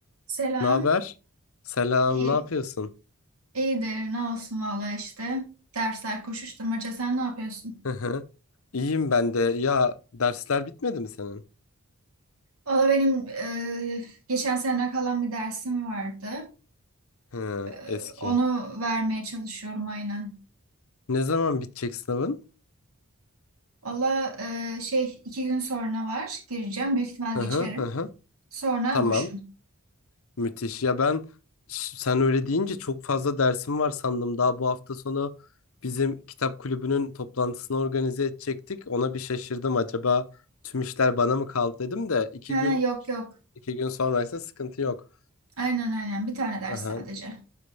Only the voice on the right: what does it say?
Selam.
İyi,
iyidir. Ne olsun valla işte. Dersler koşuşturmaca. Sen ne yapıyorsun?
Valla benim e, geçen sene kalan bir dersim vardı.
E,
onu vermeye çalışıyorum aynen.
Valla e, şey iki gün sonra var. Gireceğim. Büyük ihtimal
geçerim.
Sonra
boşum.
Ha,
yok yok.
Aynen aynen. Bir tane ders
sadece.